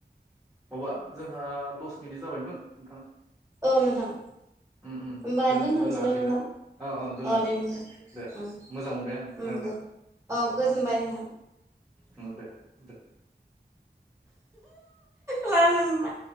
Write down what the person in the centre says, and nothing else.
माबा जोंहा दस मिनिट जाबायमोन नोंथां
उम उम
दोन-दोननो
हासिगोन
दा औ औ दोननो
हासिगोन
दे दे
मोजां मोनबाय आं
रायलायनानै
नोंथांनो
उम दे द दे